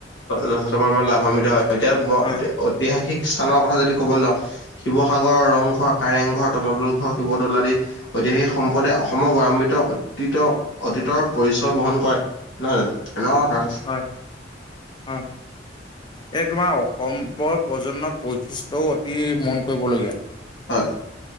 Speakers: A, on the left (about 75°); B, on the left (about 25°).
A: যথেষ্ট পৰিমাণে লাভান্বিত হয় এতিয়া
B: হয়
A: ঐতিহাসিক স্থানৰ কথা যদি ক'ব যাওঁ শিৱসাগৰৰ ৰংঘৰ কাৰেংঘৰ, তলা তলঘৰ, শিৱদৌল আদি ঐতিহাসিক সম্পদে অসমৰ গৌৰৱান্বিত অতীত অতীতৰ পৰিচয় বহন কয় নহয় জানো সেনেকুৱা কথা আৰু
B: হয় হয় এই তোমাৰ অসমৰ প্ৰজন্ম বৈশিষ্ট্য অতি মন কৰিবলগীয়া
A: হয়